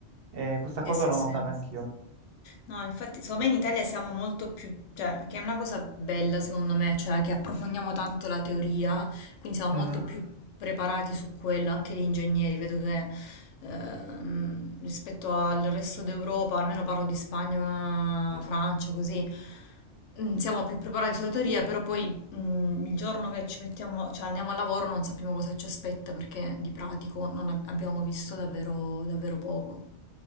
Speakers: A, on the right; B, on the left.
A: Eh, questa
B: sì,
A: cosa
B: sì.
A: l'ho
B: sì.
A: notata anch'io.
B: No, infatti, secondo me in Italia siamo molto più, cioè, che è una cosa bella secondo me, cioè che approfondiamo tanto la teoria, quindi siamo
A: Mhm,
B: molto più preparati su quello, anche gli ingegneri, vedo che ehm, rispetto al resto d'Europa, almeno parlo di Spagna, Francia, così, mm, siamo più preparati sulla teoria, però poi mm, il giorno che ci mettiamo, cioè andiamo al lavoro non sappiamo cosa ci aspetta perché di pratico non ab- abbiamo visto davvero, davvero poco,